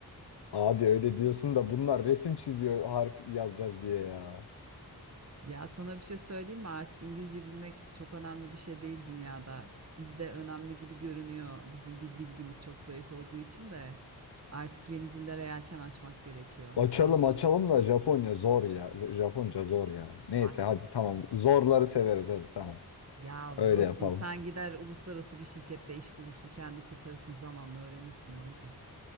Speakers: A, on the left; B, on the right.
A: Abi öyle diyorsun da bunlar resim çiziyor harf yazacağız diye ya.
B: Ya sana bir şey söyleyeyim mi? Artık İngilizce bilmek çok önemli bir şey değil dünyada. Bizde önemli gibi görünüyor. Bizim dil bilgimiz çok zayıf olduğu için de artık yeni dillere yelken açmak gerekiyor
A: Açalım
B: diye düşünüyorum.
A: açalım da Japonya zor ya. Z- Japonca zor ya. Neyse
B: Bak
A: hadi tamam. Zorları severiz hadi tamam.
B: ya
A: Öyle
B: dostum
A: yapalım.
B: sen gider uluslararası bir şirkette iş bulursun, kendini kurtarırsın, zamanla öğrenirsin ne olacak?